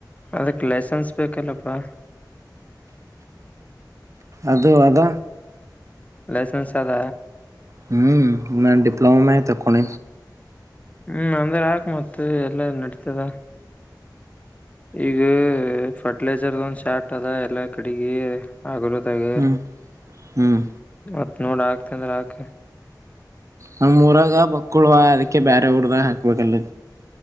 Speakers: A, on the left; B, on the right.
A: ಅದಕ್ ಲೈಸೆನ್ಸ್ ಬೇಕಲ್ಲಪ್ಪಾ
B: ಅದು ಅದ
A: ಲೈಸೆನ್ಸ್ ಸಲ್ಲ
B: ಹ್ಮ್ ನಾನ್ ಡಿಪ್ಲೊಮ ಆ್ ತಕ್ಕೋಣ
A: ಹ್ಮ್ ಅಂದ್ರೆ ಆಕ್ ಮತ್ ಎಲ್ಲಾ ನಡತದ ಈಗ ಫರ್ಟಿಲೈಜರ್ ಒಂದ್ ಶಾರ್ಟ್ ಅದ ಎಲ್ಲಾ ಕಡೆಗೆ ಆಗರದಗರಿ
B: ಹ್ಮ್ ಹ್ಮ್
A: ಮತ್ ನೋಡ ಹಾಕ್ತ ಅಂದ್ರೆ ಆಾಕ
B: ನಮ್ಮೂರಾಗ ಬಕ್ಕಳುವ ಅದಕ್ಕೆ ಬೇರೆ ಊರದಾಗ ಹಾಕ್ಬೇಕಲ್